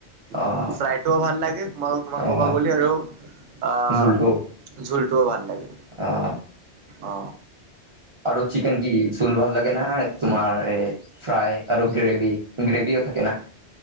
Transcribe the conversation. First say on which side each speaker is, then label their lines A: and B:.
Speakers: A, on the right (about 35°); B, on the right (about 80°).
A: অ'
B: উম ফ্ৰাইটোও ভাল লাগে মই তোমাক
A: অ'
B: ক'বা গ'লে আৰু আহ!
A: জোলটো
B: জোলটোও ভাল লাগে
A: অ'
B: অ
A: আৰু চিকেন কি জোল ভাল লাগে না তোমাৰ এ ফ্ৰাই আৰু গ্ৰেভি গ্ৰেভিও থাকে। না